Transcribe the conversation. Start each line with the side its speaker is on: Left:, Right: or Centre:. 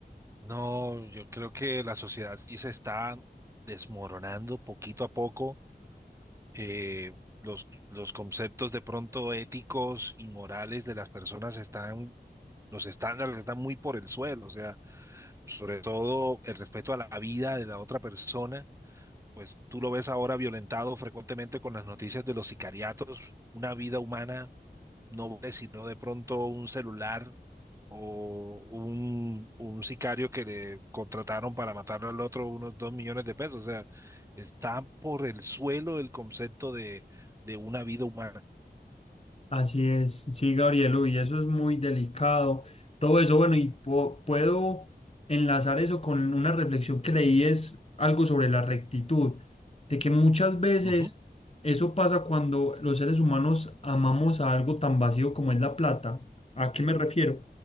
Right: No, yo creo que la sociedad sí se está desmoronando poquito a poco. Eh, los, los conceptos de pronto éticos y morales de las personas están, los estándares están muy por el suelo. O sea, sobre todo el respeto a la vida de la otra persona, pues tú lo ves ahora violentado frecuentemente con las noticias de los sicariatos. Una vida humana no vale sino de pronto un celular o un, un sicario que le contrataron para matarlo al otro unos dos millones de pesos. O sea, está por el suelo el concepto de, de una vida humana.
Left: Así es, sí, Gabriel, y eso es muy delicado. Todo eso, bueno, y po- puedo enlazar eso con una reflexión que leí, es algo sobre la rectitud, de que muchas veces
Right: Ujú.
Left: eso pasa cuando los seres humanos amamos a algo tan vacío como es la plata. ¿A qué me refiero?